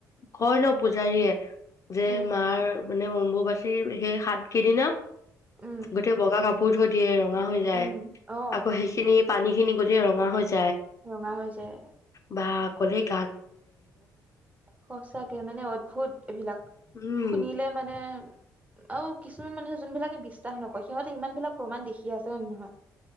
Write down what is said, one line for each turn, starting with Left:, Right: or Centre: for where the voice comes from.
Left: কয় নহ পূজাৰীয়ে যে
Right: উম
Left: মাৰ মানে অম্বুবাসীৰ সেই ষাঁঠ কেইদিনা
Right: উম
Left: গোটেই বগা কাপোৰ সুুধু দিয়েও ধোৱা হৈ যায়,
Right: উম অ
Left: আকৌ সেইখিনি পানী খিনি গোটেই ৰঙা হৈ যায়
Right: ৰঙা হৈ যায়
Left: বাহ কলেক
Right: সচাঁকে মানে অদ্ভুত এইবিলাক।
Left: উম,
Right: শুনিলে মানে এহ হ কিছুমান মানুহে জোনবিলাকে বিশ্বাস নকৰে সিহঁতে ইমান বিলাক প্ৰমাণ দেখি আছে হয় নে নহয়?